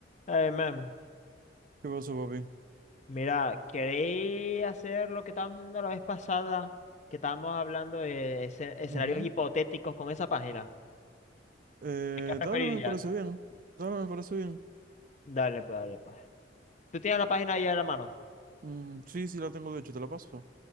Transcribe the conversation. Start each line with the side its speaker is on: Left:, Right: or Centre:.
Left: Ay, man,
Right: ¿Qué pasó, papi?
Left: mira, queréis hacer lo que estábamos haciendo la vez pasada, que estábamos hablando de escen- escenarios
Right: Ujú.
Left: hipotéticos con esa página.
Right: Eh,
Left: ¿Qué preferirías?
Right: dale, me parece bien. Dale, me parece bien.
Left: Dale, pues, dale, pues. ¿Tú tienes la página ahí a la mano?
Right: Mm, sí, sí, la tengo de hecho, te la paso.